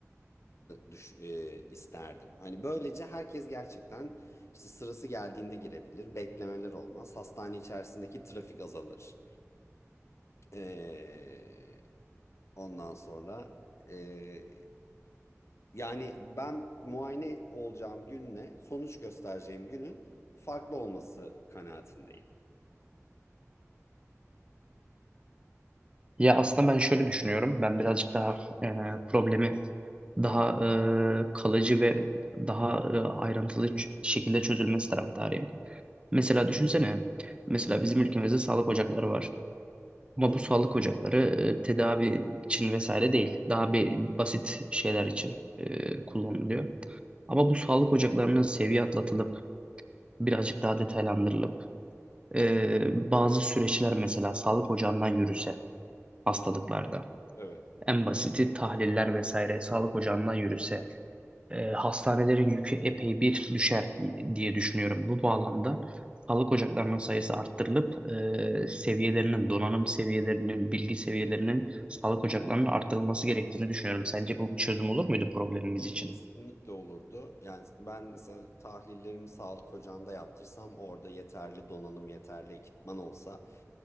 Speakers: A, on the left (about 60°); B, on the right (about 20°).
A: düş- e, isterdim. Hani böylece herkes gerçekten işte sırası geldiğinde girebilir, beklemeler olmaz, hastane içerisindeki trafik azalır. Ee, ondan sonra ee, yani ben muayene olacağım günle sonuç göstereceğim günün farklı olması kanaatindeyim.
B: Ya aslında ben şöyle düşünüyorum. Ben birazcık daha e, problemi daha e, kalıcı ve daha e, ayrıntılı ç- şekilde çözülmesi taraftarıyım. Mesela düşünsene, mesela bizim ülkemizde sağlık ocakları var. Ama
A: Hı hı,
B: bu sağlık ocakları e, tedavi için vesaire değil. Daha bir basit şeyler için e, kullanılıyor. Ama bu sağlık ocaklarının seviye atlatılıp birazcık daha detaylandırılıp e, bazı süreçler mesela sağlık ocağından yürüse hastalıklarda.
A: hı hı. Evet.
B: En basiti tahliller vesaire sağlık ocağından yürüse e, hastanelerin yükü epey bir düşer diye düşünüyorum. Bu bağlamda sağlık ocaklarının sayısı arttırılıp e, seviyelerinin, donanım seviyelerinin, bilgi seviyelerinin sağlık ocaklarının arttırılması gerektiğini düşünüyorum. Sence bu bir çözüm olur muydu problemimiz için?
A: Kesinlikle olurdu. Yani ben mesela tahlillerimi sağlık ocağında yaptırsam orada yeterli donanım, yeterli ekipman olsa